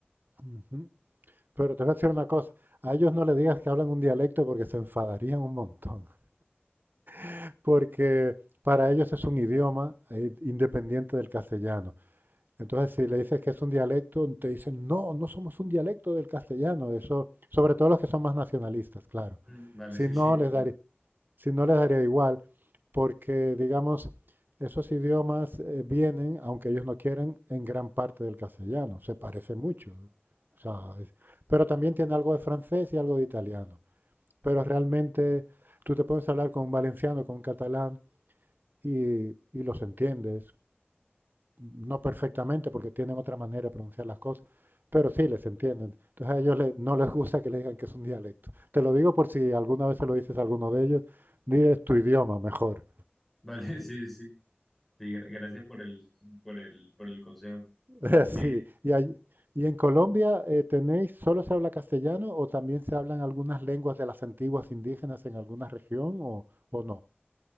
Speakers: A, on the right; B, in the centre.
A: Ujú. Pero te voy a decir una cosa, a ellos no le digas que hablan un dialecto porque se enfadarían un montón, <laughs> porque para ellos es un idioma eh, independiente del castellano. Entonces, si le dices que es un dialecto, te dicen, no, no somos un dialecto del castellano, eso, sobre todo los que son más nacionalistas, claro.
B: Mm, Vale,
A: Si
B: sí,
A: no
B: sí, no,
A: les
B: no.
A: daría, si no les daría igual, porque, digamos, esos idiomas eh, vienen, aunque ellos no quieran, en gran parte del castellano, se parece mucho. o sea, es- pero también tiene algo de francés y algo de italiano. Pero realmente tú te puedes hablar con un valenciano, con un catalán y, y los entiendes, no perfectamente porque tienen otra manera de pronunciar las cosas, pero sí les entienden. Entonces a ellos le- no les gusta que les digan que es un dialecto. Te lo digo por si alguna vez se lo dices a alguno de ellos, diles tu idioma mejor.
B: vale, <laughs> sí, sí. Sí, gra- gracias por el, por el, por el consejo.
A: <laughs> sí,
B: Eh,
A: y, ahí- y en Colombia eh, tenéis, ¿solo se habla castellano o también se hablan algunas lenguas de las antiguas indígenas en alguna región o, o no?